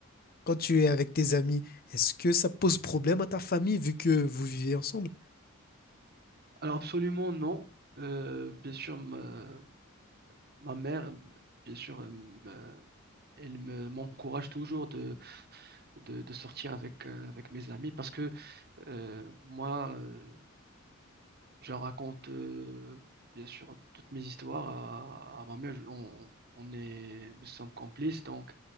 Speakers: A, on the left (about 45°); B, on the right (about 50°).
A: quand tu es avec tes amis, est-ce que ça pose problème à ta famille vu que vous vivez ensemble?
B: Alors absolument non. Euh, bien sûr, ma, ma mère, bien sûr, elle me- elle me, m'encourage toujours de, de, de sortir avec, euh, avec mes amis parce que euh, moi, euh, je raconte euh, bien sûr toutes mes histoires à, à ma mère. Je- On, on est, nous sommes complices, donc